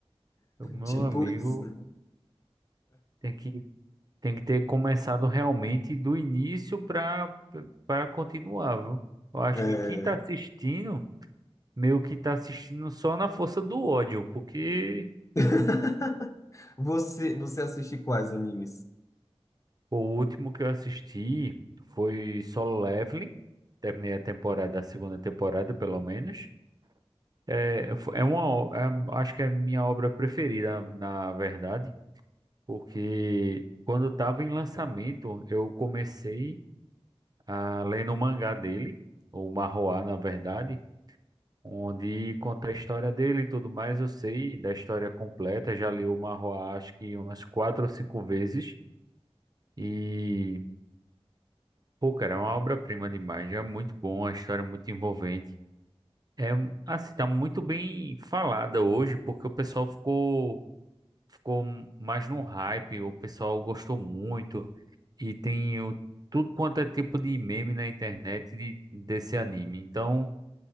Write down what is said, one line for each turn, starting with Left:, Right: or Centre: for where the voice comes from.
Right: o meu
Left: Tipo
Right: amigo
Left: isso.
Right: tem que Tem que ter começado realmente do início para para continuar, viu? Eu acho
Left: É.
Right: que quem tá assistindo, meio que tá assistindo só na força do ódio, porque
Left: <laughs> Você, você assiste quais animes?
Right: o último que eu assisti foi Solo Leveling. Terminei a temporada, a segunda temporada, pelo menos. É, fo- é uma, o- é- acho que é a minha obra preferida, na verdade, porque quando estava em lançamento, eu comecei a ler no mangá dele, o Marroá, na verdade. onde conta a história dele e tudo mais. Eu sei da história completa, já li o Marroá acho que umas quatro ou cinco vezes. E, pô, cara, é uma obra-prima demais. É muito bom, a história é muito envolvente. É, assim, tá muito bem falada hoje, porque o pessoal ficou, ficou mais no hype, o pessoal gostou muito. E tem o, tudo quanto é tipo de meme na internet de- desse anime. Então.